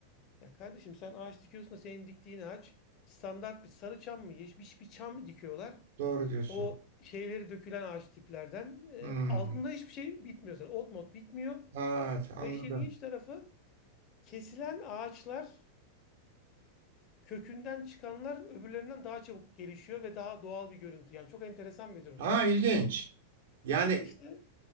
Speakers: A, on the left; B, on the right.
A: Ya kardeşim sen ağaç dikiyorsun da senin diktiğin ağaç standart bir sarı çam mı, yeşil bir, bir çam mı dikiyorlar?
B: doğru diyorsun.
A: O şeyleri dökülen ağaç tiplerden. E,
B: Hı.
A: altında hiçbir şey bitmiyor zaten. Ot mot bitmiyor.
B: Evet anladım.
A: Ve işin ilginç tarafı kesilen ağaçların kökünden çıkanlar öbürlerinden daha çabuk gelişiyor ve daha doğal bir görüntü. Yani çok enteresan bir durum.
B: Ha ilginç. Yani
A: İşte